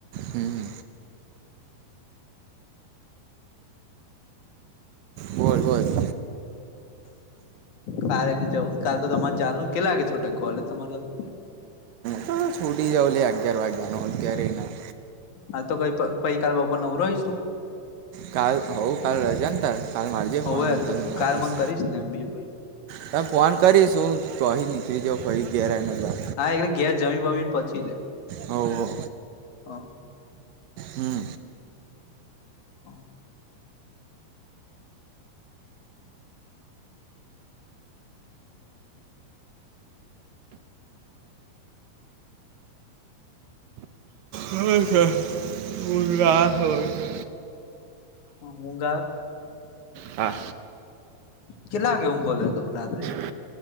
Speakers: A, on the right; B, on the left.
A: હમ. હોય હોય.
B: કાલે જ કાલ તો તમારે ચાલનું કેટલા લાગે છૂટા કોલેજ તમારું.
A: હ તો છોડી જઉ લે અગિયાર વાગ્યા ન અગિયાર ના.
B: હાલ તો ક કઈ કલ બપર નવું રહીશ તું.
A: કાલ હો કાલ રજાાન ત કાલ મારજે ફોન
B: હોવે
A: હું તો મારીશ.
B: કાલ મન કરીશ ને બીજું કઈ નઈ
A: તમે ફોન કરીશું તોહી નીકળી જાાવ ફરી ઘેરા એને જ.
B: હા એટલે ઘેર જમીમી ને પછી લે.
A: હવ
B: હા
A: હમ.
B: હા.
A: હોય છે ઉજગાસ હોય છે.
B: હ ઉંગ.
A: હા.
B: કેલાાગે ઉંગોલ દે.
A: હ.